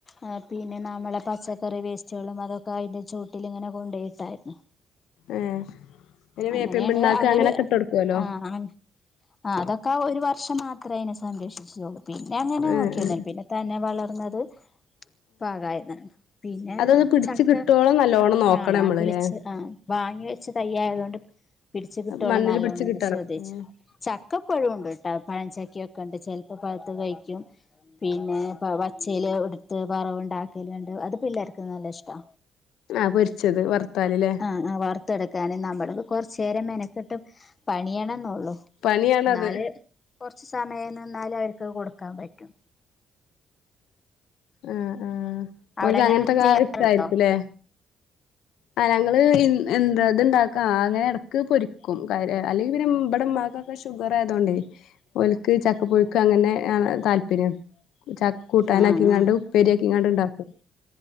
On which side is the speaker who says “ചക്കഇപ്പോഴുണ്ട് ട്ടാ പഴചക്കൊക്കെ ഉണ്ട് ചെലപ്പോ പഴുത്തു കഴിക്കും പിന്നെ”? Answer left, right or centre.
Left